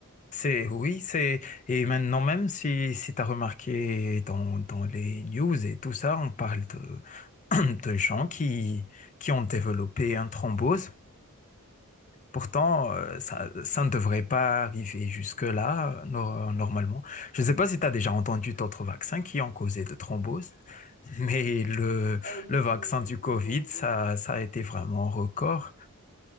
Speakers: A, on the left (about 35°); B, on the left (about 55°).
A: C'est, oui, c'est, et maintenant même si, si tu as remarqué dans, dans les news et tout ça, on parle de, <clears throat> de gens qui, qui ont développé un thrombose. Pourtant,
B: Oui,
A: euh, ça,
B: oui.
A: ça ne devrait pas arriver jusque-là, euh, no- normalement. Je ne sais pas si tu as déjà entendu d'autres vaccins qui ont causé de thromboses, <laughs> mais le,
B: Euh, n-
A: le vaccin du Covid,
B: non,
A: ça,
B: je-
A: ça a été vraiment un record,